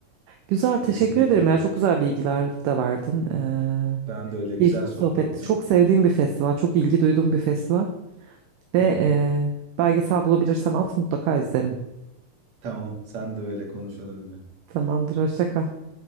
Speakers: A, on the right; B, on the right.
A: Güzel, teşekkür
B: kesinlikle.
A: ederim ya. Çok güzel bilgiler de verdin. Ee,
B: Ben de öyle güzel
A: keyifli
B: sohbetti.
A: sohbetti. Çok sevdiğim bir festival, çok ilgi duyduğum bir festival. Ve
B: <laughs>
A: e, belgesel bulabilirsen at mutlaka izlerim.
B: Tamam sen de öyle konuşalım yine.
A: Tamamdır, hoşça kal.